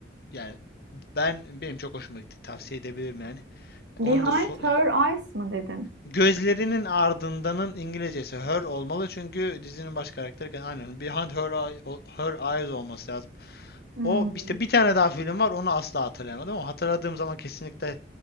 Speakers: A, on the left; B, on the right.
A: yani ben benim çok hoşuma gitti. Tavsiye edebilirim yani.
B: Behind
A: Onu da so
B: her
A: yani
B: eyes mı dedin?
A: Gözlerinin ardındanın İngilizcesi her olmalı çünkü dizinin baş karakteri aynen Behind Her, Eye- o- her Eyes olması lazım.
B: Hmm.
A: O işte bir tane daha film var onu asla hatırlayamadım ama hatırladığım zaman kesinlikle